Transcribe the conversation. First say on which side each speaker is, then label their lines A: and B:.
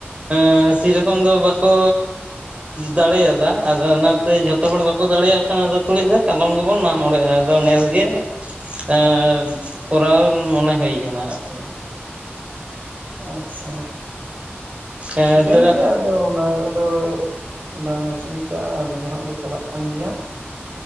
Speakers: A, on the right (about 30°); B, on the right (about 50°).
A: ᱮ ᱥᱮᱨᱚᱠᱚᱢ ᱫᱚ ᱵᱟᱠᱚ ᱫᱟᱲᱮᱭᱟᱫᱟ ᱟᱫᱚ ᱚᱱᱟᱛᱮ ᱡᱷᱚᱛᱚ ᱦᱚᱲ ᱵᱟᱠᱚ ᱫᱟᱲᱮᱭᱟᱜ ᱠᱷᱟᱱᱟ ᱫᱚᱠᱚ ᱞᱟᱹᱭ ᱫᱟ ᱠᱟᱞᱚᱢ ᱜᱮᱵᱚᱱ ᱢᱟᱜ ᱢᱚᱬᱮᱜ-ᱟ ᱟᱫᱚ ᱱᱮᱥ ᱜᱮ ᱮᱸ ᱠᱚᱨᱟᱣ ᱢᱚᱱᱮ ᱦᱩᱭ ᱠᱟᱱᱟ ᱟᱨᱠᱤ
B: ᱟᱪᱪᱷᱟ
A: ᱦᱮᱸ
B: ᱪᱤᱠᱮᱱ
A: ᱛᱚ
B: ᱜᱮᱭᱟ ᱟᱫᱚ ᱚᱱᱟ ᱠᱚᱫᱚ ᱵᱟᱝ ᱚᱥᱩᱵᱤᱫᱟᱜ-ᱟ ᱟᱞᱮ ᱫᱚ ᱦᱟᱸᱜ ᱞᱮ ᱪᱟᱞᱟᱜ ᱠᱟᱱ ᱜᱮᱭᱟ